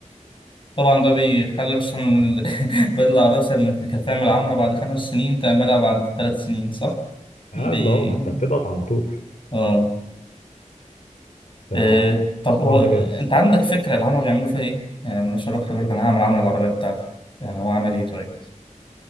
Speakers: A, on the left (about 40°); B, on the left (about 70°).
A: طبعا ده بيخلي مثلا ال- <laughs> بدل العربيه مثلا ما كانت تعمل عمره بعد خمس سنين تعملها بعد ثلاث سنين صح دي
B: قال اه ما انت بتضغط على الموتور
A: اه
B: فالحوار
A: آه، طب هو
B: ده جامد
A: انت عندك فكره العمر بيعملوا فيها ايه؟ يعني لما شباب حاجه يقول لك انا هعمل عمل العربيه بتاعتي يعني هو عمل ايه طيب؟